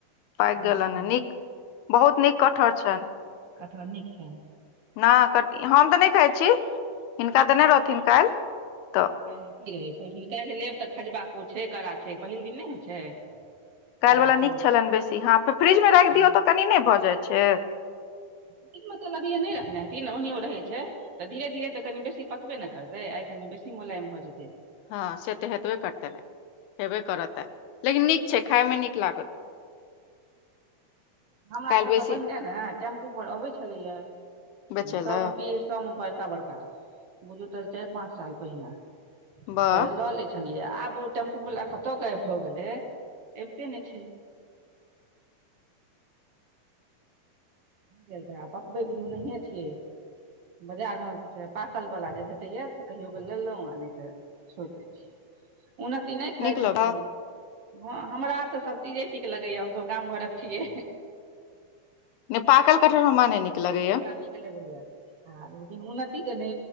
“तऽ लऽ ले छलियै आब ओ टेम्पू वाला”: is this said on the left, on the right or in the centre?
Right